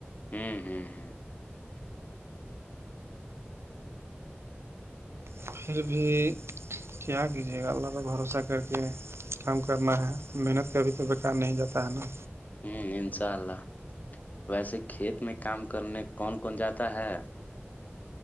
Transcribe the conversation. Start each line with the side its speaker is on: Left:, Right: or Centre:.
Left: ہوں ہوں ہوں
Right: پھر بھی کیا کہ جی اللہ کا بھروسہ کر کے کام کرنا ہے محنت کابھی تو بیکار نہیں جاتا ہے نا
Left: ہوں انشاء اللہ ویسے کھیت میں کام کرنے کون کون جاتا ہے